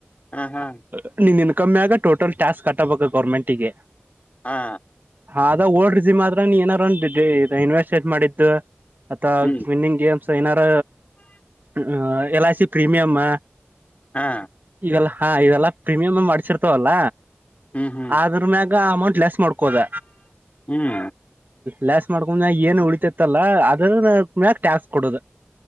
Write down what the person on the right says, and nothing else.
<unintelligible> ನೀನ್ನ ಕಮ್ಮ ಆಸ್ ಟೋಟಲ್ ಟಕ್ಸ ಕಟ್ ಆಗ್ಬೇಕು ಗೌರ್ಮೆಂಟಿಗೆ
ಅ <unintelligible> <inaudible> ನೀ ಏನಾರ ಒ ಇನ್ವೆಸ್ಟ್ಟ ಮಾಡಿದ್ದು ಅಥವಾ
ವಿನ್ನಿಂಗ್ ಗೇಮ್ಸ್ ಏನಾರ ಹ ಎಲ್ ಆಐ ಸಿ ಪ್ರೀಮಿಯಮ್ಮ
ಈಗಲ್ಲ ಹಾ ಇದೆಲ್ಲ ಪ್ರೀಮಿಯಂ ಮಾಡ್ಸಿರ್ತವಲ್ಲ
ಆದ್ರ ಮ್ಯಾಗ ಅಮೌಂಟ್ ಲೆಸ್ ಮಾಡ್ಕೋದ
ಲಲ್ಯಾಸ್ ಮಾಡ್ಕೊಂಡ ಏನ್ ಉಳಿತತ್ತಲ್ಲ ಅದ್ರ ಮ ಟಾಸ್ಕ ಕೊಡುದು